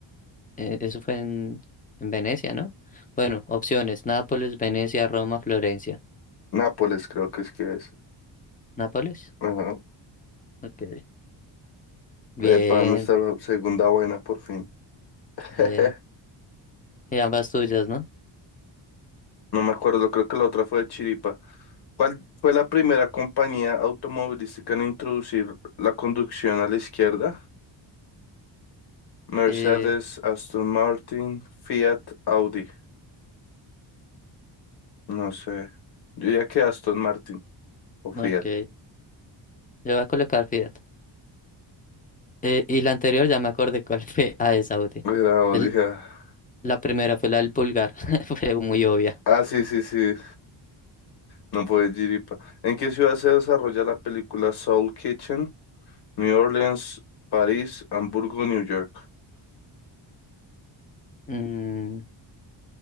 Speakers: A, on the left; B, on the left.
A: eh, eso fue en, en Venecia, ¿no? Bueno, opciones, Nápoles, Venecia, Roma, Florencia.
B: Nápoles creo que es que es.
A: ¿Nápoles?
B: Ajá.
A: Ok. Bien,
B: Epa, nuestra segunda buena por fin. <laughs>
A: bien. Y ambas tuyas, ¿no?
B: No me acuerdo, creo que la otra fue de Chiripa. ¿Cuál fue la primera compañía automovilística en introducir la conducción a la izquierda? Mercedes,
A: Eh,
B: Aston Martin, Fiat, Audi. No sé. Yo diría que Aston Martin o Fiat.
A: ok, yo voy a colocar Fiat. Eh, y la anterior ya me acordé cuál <laughs> fue a esa Audi.
B: Era Audi.
A: El-
B: Ah,
A: la primera fue la del pulgar, <laughs> fue muy obvia.
B: Ah, sí, sí, sí. No puede Chiripa. ¿En qué ciudad se desarrolla la película Soul Kitchen? New Orleans, París, Hamburgo, New York.
A: Mm,